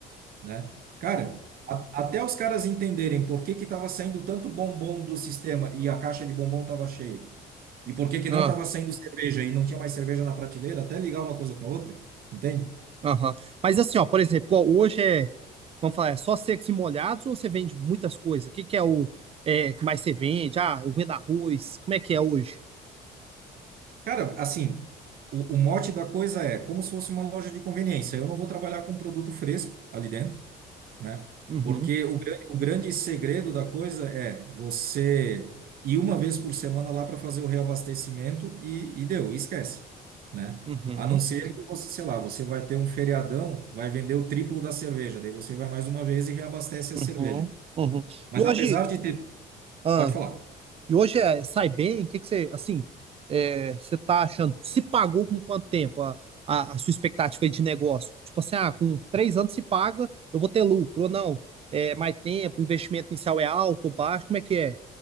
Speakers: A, on the right (about 60°); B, on the right (about 35°).
A: né? Cara, a- até os caras entenderem por que que estava saindo tanto bombom do sistema e a caixa de bombom estava cheia, e por que que
B: Nó.
A: não estava saindo cerveja e não tinha mais cerveja na prateleira, até ligar uma coisa com a outra, entende?
B: Aham. Mas assim, ó, por exemplo, igual hoje é, vamos falar, é só secos e molhados ou você vende muitas coisas? O que que é o é, que mais você vende? Ah, eu vendo arroz. Como é que é hoje?
A: Cara, assim, o, o mote da coisa é como se fosse uma loja de conveniência. Eu não vou trabalhar com produto fresco ali dentro. né?
B: Uhum,
A: Porque o grande, o grande segredo da coisa é você ir uma vez por semana lá para fazer o reabastecimento e, e deu, e esquece, né?
B: uhum,
A: A não ser que você, sei lá, você vai ter um feriadão, vai vender o triplo da cerveja, daí você vai mais uma vez e reabastece
B: uhum,
A: a cerveja.
B: uhum.
A: Mas
B: E hoje,
A: apesar de ter,
B: ah,
A: pode falar,
B: e hoje é, sai bem? O que que você, assim, é, você tá achando? Se pagou com quanto tempo a, a, a sua expectativa de negócio? Tipo assim, ah, com três anos se paga, eu vou ter lucro ou não? É, mais tempo, o investimento inicial é alto ou baixo? Como é que é?